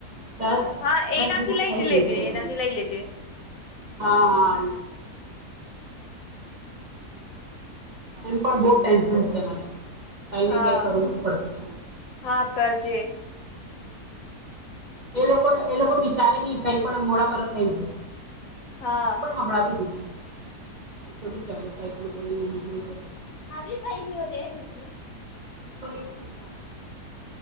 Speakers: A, on the right (about 50°); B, on the left (about 70°).
A: કાલ
B: હા
A: દસ
B: એનાથી
A: દિવસ
B: લઈ
A: થઇ
B: જ
A: ગયું
B: લેજે
A: છે.
B: એનાથી લઈ લેજે
A: હા, હા. એમ પણ બહું ટેન્શન છે મને. કંઈ
B: હા
A: ને કંઈ કરવું જ પડશે.
B: હા કરજે
A: એ લોકોને એ લોકો વિચારે નહીં કઈ પણ આમ મોડા પર જ કઈ દે.
B: હા
A: મેં પણ હંભળાવી દીધું, એમ થોડું ચાલે કઈક બી બોલીને નીકળી જાય.
B: આવી ભાઈ <unintelligible>
A: બોલે જ હોય બરાબર.